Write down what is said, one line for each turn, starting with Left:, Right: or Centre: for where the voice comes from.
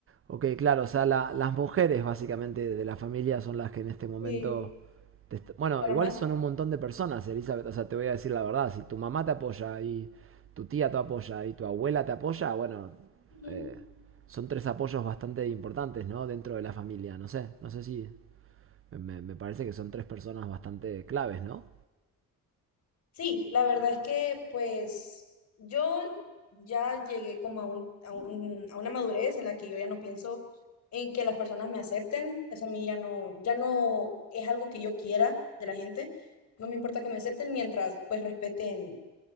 Right: Ok, claro, o sea, la- las mujeres básicamente de la familia son las que en este momento...
Left: Sí,
Right: te est- bueno,
Left: para
Right: igual
Left: más.
Right: son un montón de personas, Elizabeth, o sea, te voy a decir la verdad, si tu mamá te apoya y tu tía te apoya y tu abuela te apoya, bueno,
Left: Ujú.
Right: eh, son tres apoyos bastante importantes, ¿no? Dentro de la familia, no sé, no sé si... Me, me- me parece que son tres personas bastante claves, ¿no?
Left: Sí, la verdad es que pues yo ya llegué como a un, a un- a una madurez en la que yo ya no pienso en que las personas me acepten. Eso a mí ya no, ya no es algo que yo quiera de la gente. No me importa que me acepten mientras pues respeten